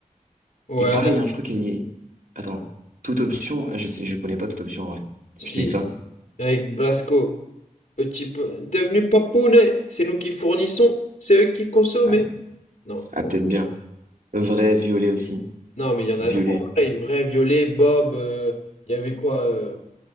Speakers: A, on the left; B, on the right.
A: Ouais,
B: Et pareil, hein, je crois qu'il y... Attends, toute option, ah, je sais, je connais pas toute option en vrai.
A: si,
B: Je te dis ça.
A: avec Blasco. Petit peu. Devenu papounet, c'est nous qui fournissons, c'est eux qui consomment.
B: Ah,
A: Non,
B: ah,
A: ouais.
B: peut-être bien. Vrai, violet aussi.
A: non, mais il y en a
B: Violet.
A: trop. Pareil, vrai, Violet, Bob, euh, il y avait quoi euh,